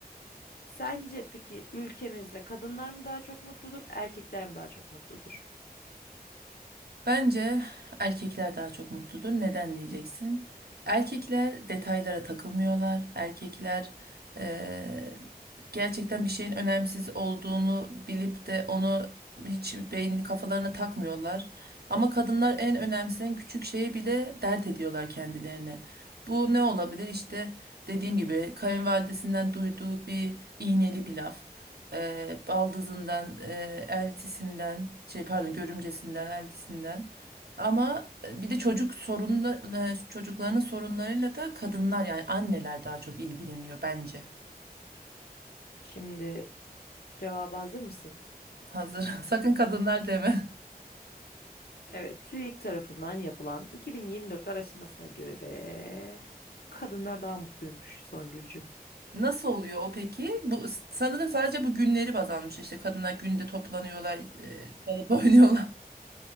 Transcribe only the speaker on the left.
Sence peki ülkemizde kadınlar mı daha çok mutludur, erkekler mi daha çok mutludur?
Şimdi cevaba hazır mısın?
Evet, TÜİK tarafından yapılan 2024 araştırmasına göre kadınlar daha mutluymuş Songülcüm.